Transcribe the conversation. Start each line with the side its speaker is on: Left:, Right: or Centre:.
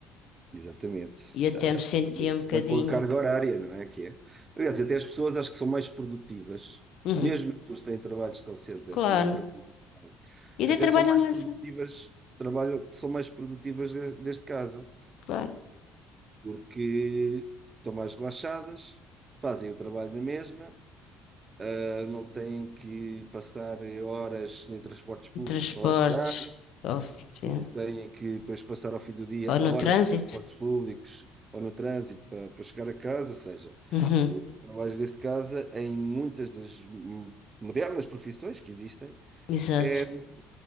Right: Exatamente.
Left: E até
Right: Ah,
Left: me sentia
Right: Ainda por
Left: um
Right: cima
Left: bocadinho.
Right: com a carga horária, não é que é? Aliás, até as pessoas acho que são mais produtivas,
Left: Uhum,
Right: mesmo as pessoas que têm trabalhos de call center
Left: claro.
Right: e trabalham de casa,
Left: E até
Right: até
Left: trabalho
Right: são mais
Left: à massa,
Right: produtivas, trabalham, são mais produtivas de- desde casa,
Left: claro.
Right: porque estão mais relaxadas, fazem o trabalho na mesma, ah, não têm que passar horas em transportes públicos
Left: Em transportes,
Right: para lá chegar,
Left: óbvio, é.
Right: não têm que depois passar ao fim do dia
Left: ou no
Right: horas
Left: trânsito.
Right: em transportes públicos ou no trânsito para, para chegar a casa, ou seja,
Left: Uhum,
Right: o trabalho desde casa em muitas das hum, modernas profissões que existem
Left: exato.
Right: é,